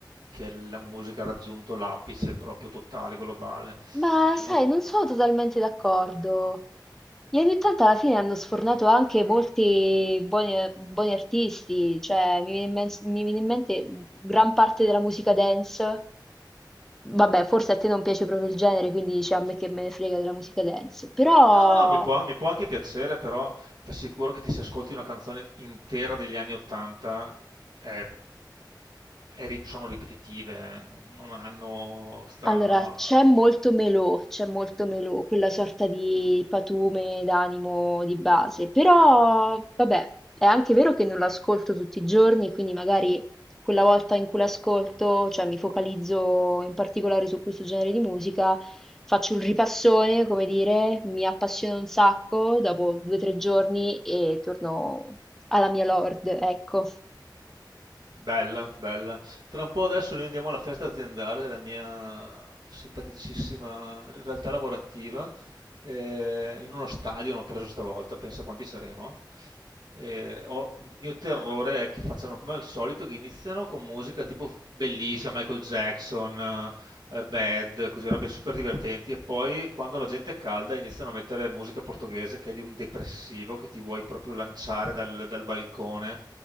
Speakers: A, on the right; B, in the centre.
A: che la musica ha raggiunto l'apice proprio totale, globale.
B: Ma sai,
A: Anni ott-
B: non sono totalmente d'accordo. Gli anni 80 alla fine hanno sfornato anche molti buoni, buoni artisti, cioè mi viene in men- mi viene in mente gran parte della musica dance. Vabbè, forse a te non piace proprio il genere, quindi dici a me che me ne frega della musica dance, però
A: No, no, mi può, mi può anche piacere, però ti assicuro che ti se ascolti una canzone intera degli anni 80 è è ri- sono ripetitive, eh, non, non hanno sta...
B: Allora, c'è molto melò, c'è molto melò, quella sorta di patume d'animo di base, però vabbè, è anche vero che non l'ascolto tutti i giorni, quindi magari quella volta in cui l'ascolto, cioè mi focalizzo in particolare su questo genere di musica, faccio un ripassone, come dire, mi appassiona un sacco, dopo due o tre giorni e torno alla mia Lord, ecco,
A: Bella, bella. Tra un po' adesso noi andiamo alla festa aziendale della mia simpaticissima realtà lavorativa, eh, in uno stadio hanno preso stavolta, pensa quanti saremo. Eh, ho- il mio terrore è che facciano come al solito, che iniziano con musica tipo bellissima, Michael Jackson, eh, Bad, così robe super divertenti, e poi quando la gente è calda iniziano a mettere musica portoghese che è di un depressivo che ti vuoi proprio lanciare dal dal balcone.